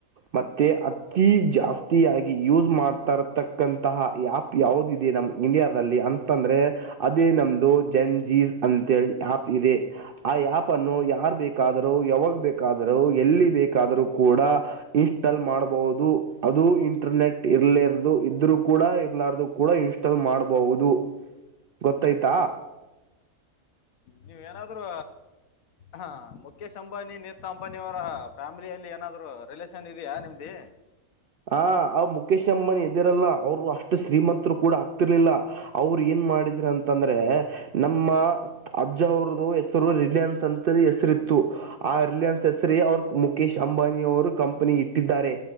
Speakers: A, on the right; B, on the left.
A: ಮತ್ತೆ ಅತಿ ಜಾಸ್ತಿಯಾಗಿ ಯೂಸ್ ಮಾಡ್ತಾ ಇರತಕ್ಕಂತಹ ಆಪ್ ಯಾವದಿದೆ ನಮ್ ಇಂಡಿಯಾದಲ್ಲಿ ಅಂತಂದ್ರೆ ಅದೇ ನಮ್ದು ಜಿನ್ ಜೀ ಅಂತೇಳಿ ಆಪ್ ಇದೆ. ಆ ಆಪ್ ಅನ್ನು ಯಾರ್ ಬೇಕಾದರು ಯಾವಾಗ ಬೇಕಾದರು ಎಲ್ಲಿ ಬೇಕಾದರೂ ಕೂಡ ಇನ್ಸ್ಟಾಲ್ ಮಾಡಬಹುದು ಅದು ಇಂಟರ್ನೆಟ್ ಇರ್ಲಿರದು ಇದ್ರು ಕೂಡ ಇರ್ಲಾರದು ಕೂಡ ಕೂಡ ಇನ್ಸ್ಟಾಲ್ ಮಾಡಬಹುದು ಗೊತ್ತಾಯ್ತ.
B: ನೀವ ಏನಾದ್ರು ಹಾ ಮುಖೇಶ್ ಅಂಬಾನಿ ನಿತಾ ಅಂಬಾನಿ ಅವರ ಫ್ಯಾಮಿಲಿಯಲ್ಲಿ ಏನಾದ್ರು ರಿಲೇಷನ್ ಇದೆಯಾ ನಿಮ್ದಿ?
A: ಹ ಅವ್ ಮುಖೇಶ್ ಅಮ್ಮನಿ ಇದಿರಲ್ಲಾ ಅವ್ರು ಅಷ್ಟು ಶ್ರೀಮಂತರು ಕೂಡ ಆಗ್ತಿರ್ಲಿಲ್ಲ ಅವ್ರ ಏನ್ ಮಾಡಿದ್ರ ಅಂತಂದ್ರೆ ನಮ್ಮ ಅಜ್ಜ ಅವ್ರದು ಹೆಸರು ರಿಲಯನ್ಸ್ ಅಂತ ಹೆಸರಿತ್ತು. ಆ ರಿಲಯನ್ಸ್ ಹೆಸರೆ ಅವರ್ ಮುಖೇಶ್ ಅಂಬಾನಿಯ ಅವರು ಕಂಪನಿಗ್ ಇಟ್ಟಿದ್ದಾರೆ.